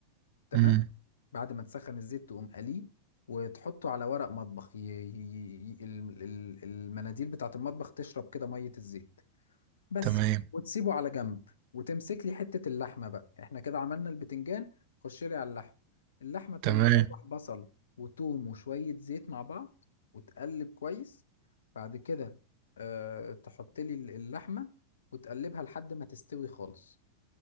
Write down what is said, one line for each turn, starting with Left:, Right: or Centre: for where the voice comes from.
Left: تمام
Right: امم
Left: بعد ما تسخن الزيت تقوم قليه وتحطه على ورق مطبخ ي... ي... ي... ال- ال- المناديل بتاعة المطبخ تشرب كده مية الزيت بس
Right: تمام
Left: وتسيبه على جنب وتمسك لي حتة اللحمة بقى احنا كده عملنا البتنجان خش لي على اللحمة اللحمة تقوم
Right: تمام
Left: مشوح بصل وتوم وشوية زيت مع بعض وتقلب كويس بعد كده أه تحط لي ال- اللحمة وتقلبها لحد ما تستوي خالص